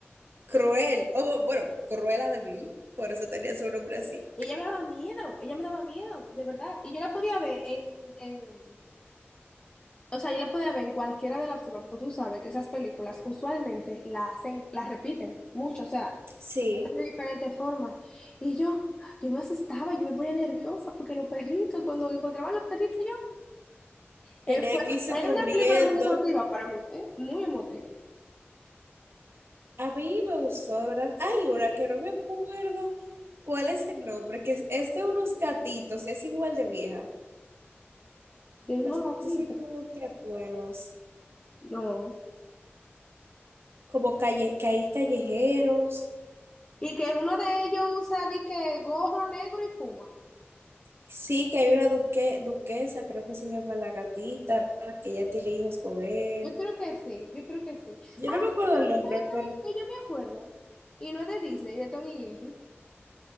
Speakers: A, on the right; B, on the left.
A: Cruel, o bueno, Cruella de Vil, por eso tenía su nombre así.
B: Ella me daba miedo, ella me daba miedo, de verdad. Y yo la podía ver en, en- o sea, yo la podía ver en cualquiera de las formas, porque tú sabes que esas películas usualmente las hacen, las repiten mucho, o sea,
A: Sí,
B: de diferentes formas. Y yo, yo me asustaba, yo me ponía nerviosa porque los perritos, cuando encontraban los perritos,
A: tenía
B: Él fue,
A: que irse
B: era
A: corriendo.
B: una película muy emotiva para mí, ¿eh? Muy emotiva.
A: A mí me gustó, de verdad. Hay una que no me acuerdo cuál es el nombre, que es, es de unos gatitos, es igual de vieja.
B: De unos
A: No sé
B: gatitos.
A: si tú te acuerdas.
B: No.
A: Como calle, que hay callejeros.
B: Y que uno de ellos usa de que gorro negro y fuma.
A: Sí, que hay una duque, duquesa, creo que se llama la gatita, que ya tiene hijos con él.
B: Yo creo que sí, yo creo que sí.
A: Yo
B: Ah,
A: no me acuerdo
B: pero
A: el nombre,
B: ¿sabes qué
A: pero
B: me- que yo me acuerdo? Y no es de Disney, de Tom y Jerry.